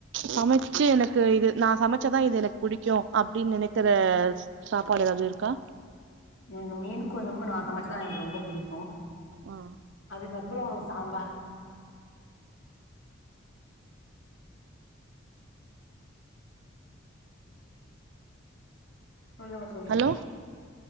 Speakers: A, on the right; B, on the left.
A: சமைச்சு எனக்கு இது நா சமைச்சதா இது எனக்கு புடிக்கூ அப்டின் நெனைக்குற சாப்பாடு எதாவ்து இருக்கா
B: எனக்கு மீன் கொழம்பு நா சமைச்சுதா எனக்கு ரொம்ப புடிக்கு
A: ஆ
B: அதுக்கப்பறோ சாம்பார் சொல்லுங்க தோழி
A: ஹலோ